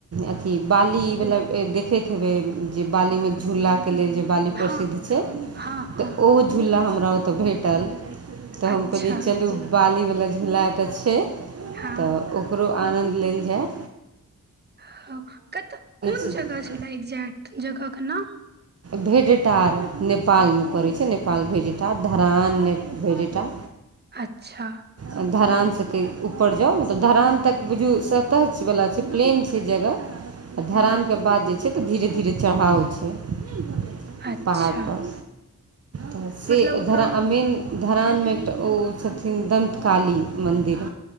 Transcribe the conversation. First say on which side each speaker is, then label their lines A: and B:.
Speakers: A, on the right; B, on the right.
A: अथी बाली वला ए देखैत हेबै। जे बाली मे झूला के लेल जे बाली
B: हँ
A: प्रसिद्ध छै
B: हँ हँ
A: त ओहो झूला हमरा ओत भेटल। त हम
B: अच्छा
A: कहलिअइ चलू बालीवला झूला त छै <unintelligible>
B: हँ
A: त ओ ओकरो आनन्द लेल जाए।
B: हं कत कोन
A: छै
B: जगह छला एक्जेक्ट जगहके नाम?
A: भेडेटार नेपालमे पड़ै छै नेपाल भेडेटार धरान में भेडेटा
B: अच्छा।
A: आ धरानसं कैन ऊपर जाउ, मतलब धरान तक बुझू सतह वला छै प्लेन छै जगह <inaudible> आ धरान
B: हँ
A: के बाद जे से त धीरे धीरे चढ़ाव छै। <inaudible>
B: अच्छा
A: पर भंडटपंगटपर, तसे
B: मतलब
A: णं
B: ओ
A: सेधर
B: तऽ
A: मेन और शान धरानमे एकटा ओ छथिन दन्तकाली मन्दिर